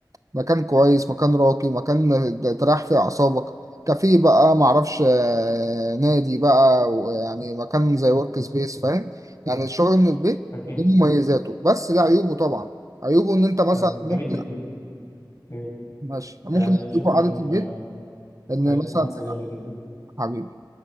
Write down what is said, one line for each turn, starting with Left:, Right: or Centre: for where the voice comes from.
Right: مكان كويس مكان راقي مكان تريح فيه اعصابك كافيه بقى معرفش آه، نادي بقى يعني مكان زي ورك سبيس فاهم يعني الشغل من البيت
Left: اكيد
Right: له مميزاته بس له عيوبه طبعا عيوبه ان انت مثلا
Left: فجميل
Right: ممكن
Left: جدا جميل
Right: ماشي ممكن
Left: يعني
Right: عيوبه
Left: شكرا
Right: قعدة البيت
Left: آه،
Right: ان
Left: كانت
Right: مثلا
Left: محادثة جميلة جدا
Right: حبيبي